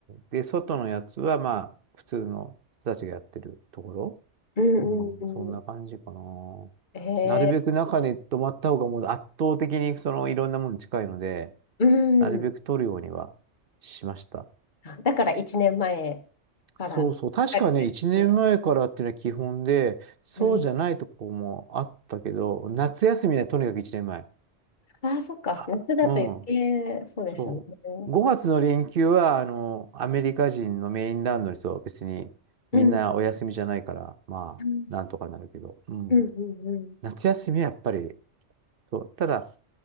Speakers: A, on the right; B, on the left.
A: で、外のやつはまあ、普通の人たちがやってるところ。
B: うんうんうん。
A: うん、そんな感じかな。
B: え
A: なるべく中に泊まった方がもう圧倒的にそのいろんなものに近いので、
B: ー、う
A: なるべく取るようにはしました。
B: ん。あだから1年前から。
A: そうそう。確かね、
B: はい
A: 1年前からっていうのは基本で、そうじゃないとこもあったけど、
B: うん。
A: 夏休みはとにかく1年前。
B: ああ、そっか。
A: あ、
B: 夏だと余計、
A: うん。
B: そうですね。
A: そう。
B: う
A: 5月の連休は、あの、アメリカ人のメインランドの人は別にみんなお休みじゃないから、
B: ん。
A: まあ、
B: うん、
A: なんとかなるけど、うん。
B: うん、うん。
A: 夏休みはやっぱり、そう。ただ、